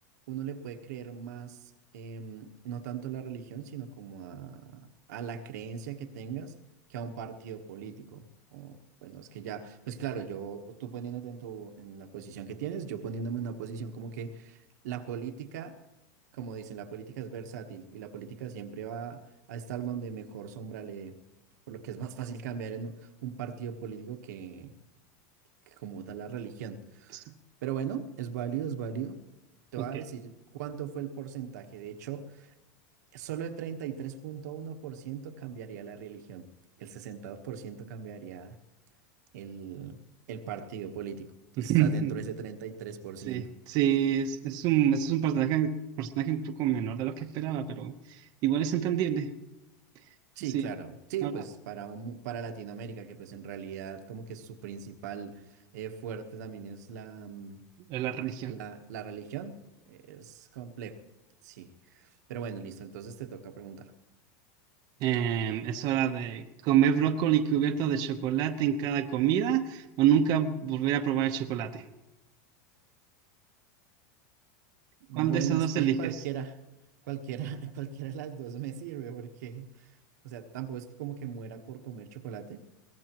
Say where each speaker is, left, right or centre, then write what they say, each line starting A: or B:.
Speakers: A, on the right; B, on the right.
A: uno le puede creer más, em, no tanto a la religión, sino como a, a la creencia que tengas que a un partido político. O, bueno, es que ya, pues claro, yo, tú poniéndote en tu, en la posición que tienes, yo poniéndome en una posición como que la política, como dicen, la política es versátil y la política siempre va a estar donde mejor sombra le, por lo que es más fácil cambiar en un partido político que, que como tal la religión.
B: Sí,
A: Pero bueno, es válido, es válido. Te
B: Ok.
A: voy a decir cuánto fue el porcentaje. De hecho, solo el treinta y tres punto uno por ciento cambiaría la religión. El 60% cambiaría el, el partido político. Entonces
B: <laughs>
A: estás dentro de ese treinta y tres por
B: Sí,
A: ciento
B: sí, es, es un, es un personaje, personaje un poco menor de lo que esperaba, pero igual es entendible.
A: Sí,
B: Sí,
A: claro. Sí,
B: ahora
A: pues para, un- para Latinoamérica, que pues en realidad como que su principal eh, fuerte también es la, mm,
B: la religión.
A: La, la religión es complejo, sí. Pero bueno, listo, entonces te toca preguntar.
B: Em, es hora de comer brócoli cubierto de chocolate en cada comida o nunca volver a probar el chocolate.
A: Bueno,
B: ¿Cuál de esos
A: es
B: dos
A: que
B: eliges?
A: cualquiera, cualquiera, <laughs> cualquiera de las dos me sirve porque, o sea, tampoco es que como que muera por comer chocolate,